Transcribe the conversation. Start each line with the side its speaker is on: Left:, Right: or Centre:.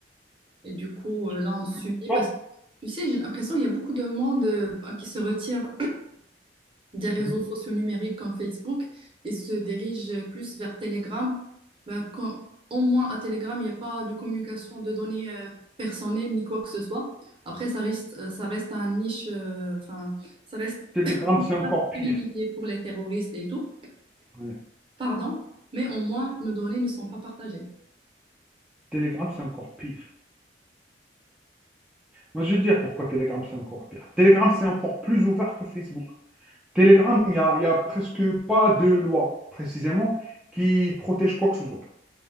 Right: Et du coup, euh, là, on subit
Centre: Tu vois
Right: parce que, tu sais, j'ai l'impression qu'il y a beaucoup de monde euh, qui se retire des réseaux
Centre: Mhm.
Right: sociaux numériques comme Facebook et se dirigent plus vers Telegram. Ben, quand, au moins à Telegram, il n'y a pas de communication de données euh, personnelles ni quoi que ce soit. Après, ça reste, euh, ça reste un niche, euh, enfin, ça reste
Centre: Telegram, c'est encore pire.
Right: privilégié pour les terroristes et tout,
Centre: Ouais.
Right: pardon, mais au moins nos données ne sont pas partagées.
Centre: Telegram, c'est encore pire. Moi, je vais dire pourquoi Telegram, c'est encore pire. Telegram, c'est encore plus ouvert que Facebook. Telegram, il n'y a, y a presque pas de loi, précisément, qui protège quoi que ce soit.